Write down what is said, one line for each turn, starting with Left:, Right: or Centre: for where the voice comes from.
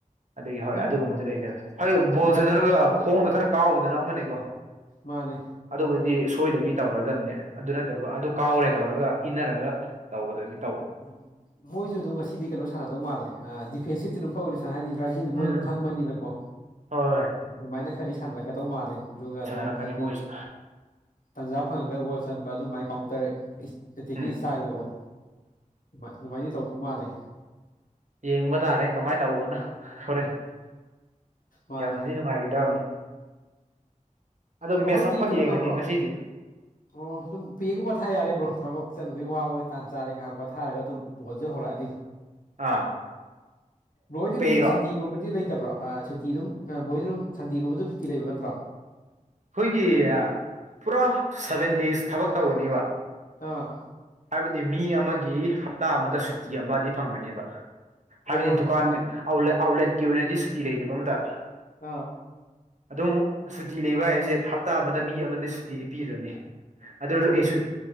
Right: ꯑꯗꯒꯤ ꯍꯣꯏ
Left: ꯑꯗꯨꯝ
Right: ꯑꯗꯨꯒꯨꯝꯕꯗꯤ ꯂꯩꯇꯋꯦ ꯍꯣꯏ ꯕꯣꯜ
Left: ꯖꯛ
Right: ꯁꯅꯔꯒ ꯈꯣꯡꯗ ꯈꯔ ꯀꯥꯎꯕꯗꯅ ꯀꯣ
Left: ꯃꯥꯅꯦ
Right: ꯑꯗꯨꯕꯨꯗꯤ ꯁꯣꯏꯗꯕꯤ ꯇꯧꯔꯗꯕꯅꯦ ꯑꯗꯨ ꯅꯠꯇꯕ ꯑꯗꯨ ꯀꯥꯎꯔꯦ ꯇꯧꯔꯒ ꯏꯟꯅꯔꯒ ꯇꯧꯕꯗꯖꯤꯛ
Left: ꯎꯝ ꯃꯣꯏꯁꯨ ꯑꯗꯨꯝ ꯉꯁꯤꯗꯤ ꯀꯩꯅꯣ ꯁꯥꯟꯅꯗꯧ ꯃꯥꯜꯂꯦ ꯗꯤꯐꯦꯟꯁꯤꯞꯇꯤ ꯑꯗꯨꯝ ꯈꯪꯅꯤ ꯁꯥꯟ ꯍꯥꯏꯗꯤ ꯔꯥꯤꯡ
Right: ꯎꯝ
Left: ꯃꯣꯏ ꯑꯗꯨꯝ ꯈꯦ ꯈꯪꯕꯅꯤꯅꯀꯣ
Right: ꯍꯣꯏ ꯍꯣꯏ
Left: ꯑꯗꯨꯃꯥꯏꯅ ꯈꯗꯤ ꯁꯥꯟꯅꯔꯛꯀꯗꯧ ꯃꯥꯜꯂꯦ ꯑꯗꯨꯒ ꯑꯗꯨꯝ
Right: ꯁꯥꯟꯅꯔꯛꯀꯅꯤ
Left: ꯍꯥꯏꯗꯤ
Right: ꯃꯣꯏꯁꯨ
Left: ꯇꯟꯖꯥ ꯐꯪꯉꯒ ꯒꯣꯜ ꯆꯟꯕ ꯑꯗꯨꯃꯥꯏꯅ ꯀꯥꯎꯟꯇꯔ ꯑꯦꯇꯤꯀꯤ
Right: ꯎꯝ
Left: ꯏꯁꯇꯥꯏꯜꯗꯀꯣ ꯑꯗꯨꯃꯥꯏꯅ ꯇꯧꯗꯧ ꯃꯥꯜꯂꯦ
Right: ꯌꯦꯡꯕ ꯇꯥꯔꯦ ꯀꯃꯥꯏꯅ ꯇꯧꯕꯅꯣ ꯍꯣꯔꯦꯟ
Left: ꯃꯥꯅꯦ
Right: ꯌꯥꯝꯅꯗꯤ ꯅꯨꯡꯉꯥꯏꯒꯗꯕꯅꯤ ꯑꯗꯣ
Left: ꯕ꯭ꯔꯣꯍꯣꯏꯗꯤ
Right: ꯃꯦꯠꯆ ꯑꯃꯈꯛ
Left: ꯀꯩꯅꯣ
Right: ꯌꯦꯡꯉꯅꯤ
Left: ꯇꯧꯕ꯭ꯔꯣ
Right: ꯉꯁꯤꯗꯤ
Left: ꯑꯣ ꯁꯨꯝ ꯄꯤꯒꯨꯝ ꯃꯊꯥ ꯌꯥꯔꯤꯕ꯭ꯔꯣ ꯊꯕꯛ ꯆꯠꯂꯨꯕꯒꯤ ꯋꯥꯕ ꯇꯥꯟ ꯆꯥꯔꯩ ꯉ ꯄ ꯊꯥꯔꯒ ꯑꯗꯨꯝ ꯃꯒꯣꯟꯁꯨ ꯍꯧꯔꯛꯑꯅꯤ
Right: ꯑꯥ
Left: ꯂꯣꯏꯗꯤ ꯑꯗꯨꯝ
Right: ꯄꯩꯔꯣ
Left: ꯁꯟꯗꯤꯤꯒꯨꯝꯕꯗꯤ ꯂꯩꯇ ꯅꯠꯇꯕ꯭ꯔꯣ ꯁꯨꯇꯤ ꯑꯗꯨꯝ ꯕꯣꯏꯁꯨ ꯑꯗꯨꯝ ꯁꯟꯗꯦꯒꯨꯝꯕ ꯑꯗꯨꯝ ꯁꯨꯇꯤ ꯂꯩꯕ ꯅꯠꯇ꯭ꯔꯣ
Right: ꯑꯩꯈꯣꯏꯒꯤ ꯄꯨꯔꯥ ꯁꯚꯦꯟ ꯗꯦꯖ ꯊꯕꯛ ꯇꯧꯒꯅꯦꯕ
Left: ꯑꯥ
Right: ꯗꯤ ꯃꯤ ꯑꯃꯒꯤ ꯍꯞꯇꯥ ꯑꯃꯗ ꯁꯨꯇꯤ ꯑꯃꯗꯤ ꯐꯪꯒꯅꯦꯕ ꯍꯥꯏꯕꯗꯤ
Left: ꯑꯣ ꯑꯗꯨꯗꯤ
Right: ꯗꯨꯀꯥꯟ
Left: ꯊꯥ
Right: ꯑ ꯑꯥꯎꯠꯂꯦꯠꯀꯤ ꯑꯣꯏꯅꯗꯤ ꯁꯨꯇꯤ ꯂꯩꯔꯤꯕ ꯑꯃꯝꯇ
Left: ꯑꯥ
Right: ꯑꯗꯨꯝ ꯁꯨꯇꯤ ꯂꯩꯕ ꯍꯥꯏꯁꯦ ꯍꯞꯇꯥ ꯑꯃꯗ ꯃꯤ ꯑꯃꯗ ꯁꯨꯇꯤꯗꯤ ꯄꯤꯔꯅꯤ ꯑꯗꯨꯗꯁꯤꯁ
Left: ꯑꯣ ꯑꯗꯨꯗꯤ